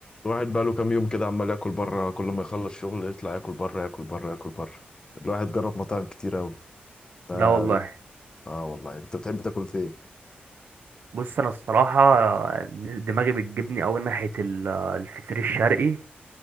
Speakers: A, on the left; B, on the right.
A: الواحد بقاله كام يوم كده عمال ياكل بره كل ما يخلص شغل يطلع ياكل بره ياكل بره ياكل بره الواحد جرب مطاعم كتير قوي آه,
B: لا والله
A: اه والله انت بتحب تاكل فين
B: بص انا الصراحه دماغي بتجيبني قوي ناحيه ال- الفطير الشرقي